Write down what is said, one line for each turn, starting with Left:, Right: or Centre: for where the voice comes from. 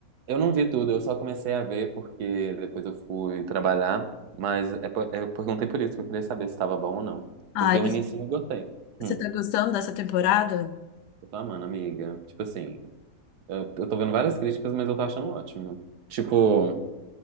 Right: Eu não vi tudo, eu só comecei a ver porque depois eu fui trabalhar, mas é por- eu perguntei por isso que eu queria saber se estava bom ou não.
Left: Ah,
Right: Porque
Left: e
Right: o
Left: você,
Right: início eu gostei. Hum.
Left: você tá gostando dessa temporada?
Right: Eu tô amando, amiga. Tipo assim, eu, eu tô vendo várias críticas, mas eu tô achando ótimo. Tipo,